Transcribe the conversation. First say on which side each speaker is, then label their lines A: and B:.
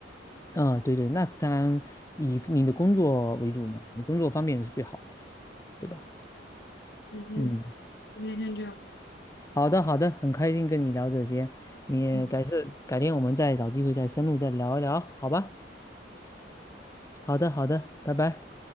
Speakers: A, on the left; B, on the left.
A: 啊，对对，那当然以你的工作为主嘛，你工作方便是最好的，对吧？
B: 那天
A: 嗯，
B: 那天先这样，
A: 好的好的，很开心跟你聊这些，你也改日改天我们再找机会再深入再聊一聊，
B: 嗯。
A: 好吧？好的好的，拜拜。